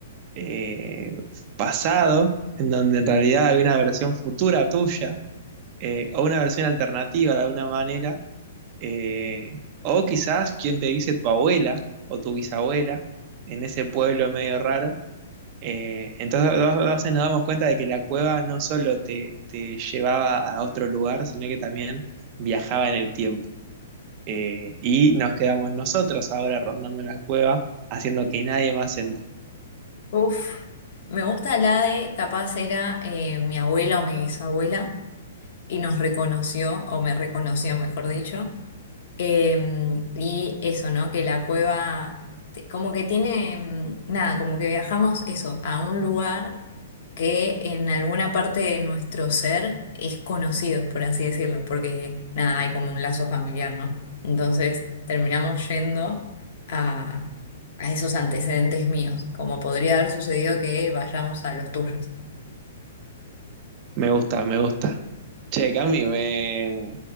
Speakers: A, on the right; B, on the left.
A: eh, pasado, en donde en realidad hay una versión futura tuya, eh, o una versión alternativa de alguna manera, eh, o quizás quien te dice tu abuela o tu bisabuela en ese pueblo medio raro. Eh, entonces, dos dos veces nos damos cuenta de que la cueva no solo te, te llevaba a otro lugar, sino que también viajaba en el tiempo. Eh, y nos quedamos nosotros ahora rondando la cueva, haciendo que nadie más entre.
B: Uf, me gusta la de, capaz era eh, mi abuela o mi bisabuela, y nos reconoció, o me reconoció, mejor dicho. Em, y eso, ¿no? Que la cueva, te- como que tiene, mm, nada, como que viajamos eso, a un lugar que en alguna parte de nuestro ser es conocido, por así decirlo, porque nada, hay como un lazo familiar, ¿no? Entonces terminamos yendo a, a esos antecedentes míos, como podría haber sucedido que vayamos a los tuyos.
A: Me gusta, me gusta. Che, Cami, me,